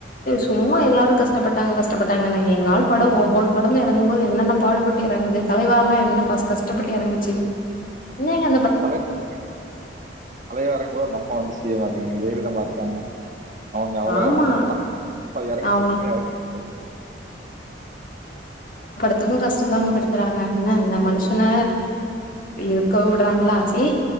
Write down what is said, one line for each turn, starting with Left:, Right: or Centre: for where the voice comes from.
Left: சும்மா எல்லாரும் கஷ்டப்பட்டாங்க கஷ்டப்பட்டாங்க எங்க ஆல் படம் ஒவ்வொன்று படமும் இறங்கும்போது என்னென்ன பாடுபட்டு இறங்குது தலைவா எல்லாம் என்ன கஷ்டப்பட்டு இறங்குச்சுங்க இல்லைங்க
Right: தலைவாங்க தலைவ எறங்கும் போது நம்ம அதிசய இருக்காங்க ஜெயலிதமா க்காங்க அவங்க அவளோ
Left: ஆமா
Right: அவ்வங்க பன்னங்க இறங்குச்சு
Left: அவங்க
Right: இன்னு இறது
Left: இப்பாயும் கஷ்டத்தாங்க படுத்துறாங்க என்ன இந்த மனுஷன இருக்க விடுறாங்களா செரி